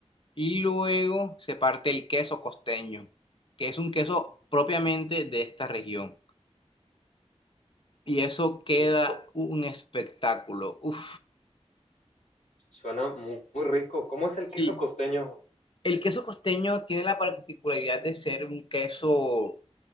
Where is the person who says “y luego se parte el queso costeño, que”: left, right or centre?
Left